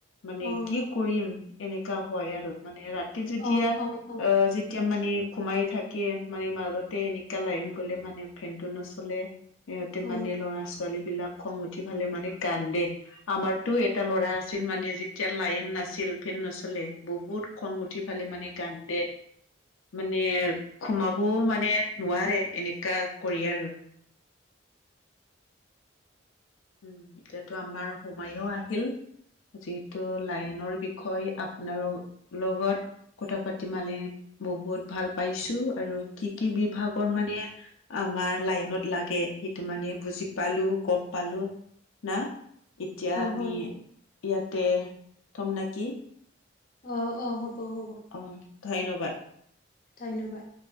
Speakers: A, on the left; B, on the left.
A: মানে
B: অ'
A: কি কৰিম? এনেকা হয় আৰু মানে ৰাতিত যেতিয়া
B: অ' হয় হয়
A: অ যেতিয়া মানে- ঘোমাই থাকে মানে মাজতে এনেকা লাইন গলে মানে ফেনটো নচলে। সিহঁতে মানে
B: অ'।
A: ল'ৰা ছোৱালী বিলাক খং উঠি পেলাই মানে কান্দে। আমাৰতো এটা ল'ৰা আছিল মানে যেতিয়া লাইন নাছিল ফেন নচলে বহুত- খং উঠি পেলাই কান্দে মানে- ঘোমাব বও মানে নোৱাৰে এনেকোৱা কৰি আৰু। উম এতিয়াতো আমাৰ সোমাইও আহিল। যিহেতু লাইনৰ বিষয়ে আপোনাৰ ল লগত। কথা পাতি মানে বহুত ভাল পাইছো, আৰু কি কি বিভাগৰ মানে- আমাৰ লাইনত লাগে সেইটো মানে- বুজি পালো গম পালো না এতিয়া আমি-
B: হয়
A: ইয়াতে থম নাকি।
B: অঁ অঁ হ'ব হ'ব
A: অঁ ধন্যবাদ।
B: ধন্যবাদ।